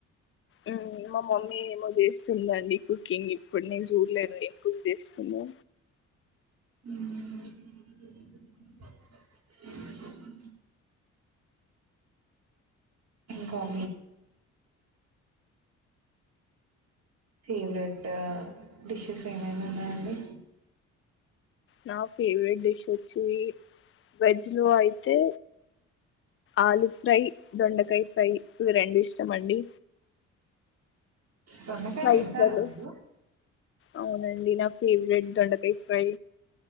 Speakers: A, on the left (about 45°); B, on the right (about 60°).
A: ఉమ్ మా మమ్మీ ఏమొ చేసింది స్తుందండి కుకింగ్ ఎప్పుడు నేను చూడలేదు ఎప్పుడు చేస్తుందో
B: ఉమ్ క <unintelligible> ఫేవరెట్ డిషెస్ ఏమైనా ఉన్నాయండి
A: నా ఫేవరెట్ డిష్ వచ్చి వెజ్లో అయితే ఆలు ఫ్రై దొండకాయ ఫ్రై ఇవి రెండు ఇష్టమండి
B: దొండకాయ
A: రైస్లలో
B: తింటారా మీరు
A: అవునండి నా ఫేవరెట్ దొండకాయ ఫ్రై